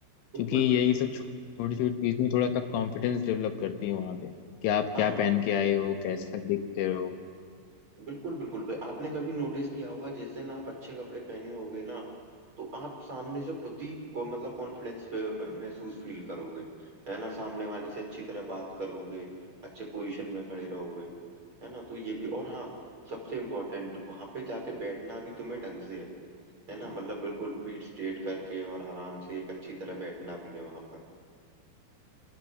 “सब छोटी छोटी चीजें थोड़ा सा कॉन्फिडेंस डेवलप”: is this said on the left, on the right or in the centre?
Left